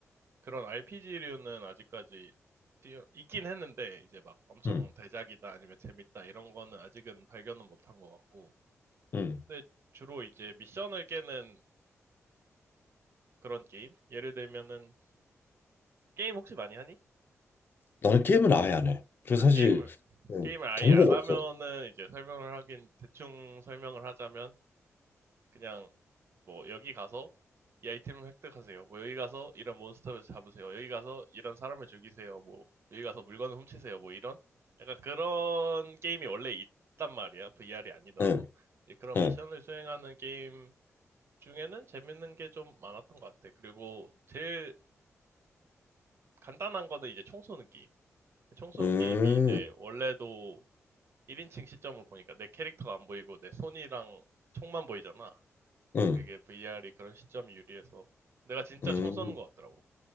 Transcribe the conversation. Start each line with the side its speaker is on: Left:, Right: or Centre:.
Right: 그런 RPG류는 아직까지 뛰어- 있긴 했는데 이제 막 엄청
Left: 응,
Right: 대작이다 아니면 재밌다 이런 거는 아직은 발견은 못한 것 같고
Left: 응.
Right: 근데 주로 이제 미션을 깨는 그런 게임 예를 들면은 게임 혹시 많이 하니?
Left: 나는 게임은 아예 안 해. 그래서
Right: 아 게임을
Left: 사실 응,
Right: 게임을 아예
Left: 정보가
Right: 안 하면은
Left: 없어.
Right: 이제 설명을 하긴 대충 설명을 하자면 그냥 뭐 여기 가서 이 아이템을 획득하세요. 뭐 여기 가서 이런 몬스터를 잡으세요. 여기 가서 이런 사람을 죽이세요. 뭐 여기 가서 물건을 훔치세요. 뭐 이런 약간 그런 게임이 원래 있단 말이야. VR이 아니더라도
Left: 응,
Right: 이제 그런
Left: 응,
Right: 미션을 수행하는 게임 중에는 재밌는 게 좀 많았던 것 같아. 그리고 제일 간단한 거는 이제 총 쏘는 게임. 총 쏘는
Left: 응,
Right: 게임이 이제 원래도 1인칭 시점으로 보니까 내 캐릭터가 안 보이고 내 손이랑 총만 보이잖아.
Left: 응,
Right: 그게 VR이 그런 시점이 유리해서 내가 진짜
Left: 응.
Right: 총 쏘는 것 같더라고.